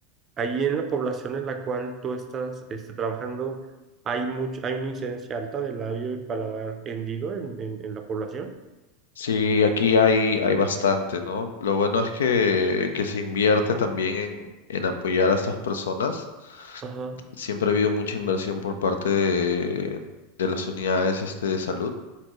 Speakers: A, on the right; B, on the left.
A: Ahí en la población en la cual tú estás este, trabajando, ¿hay mucho, hay una incidencia alta de labio y paladar hendido en, en, en la población?
B: Sí, aquí hay, hay bastante, ¿no? Lo bueno es que, que se invierte también en, en apoyar a estas personas.
A: Ajá.
B: Siempre ha habido mucha inversión por parte de, de las unidades este, de salud.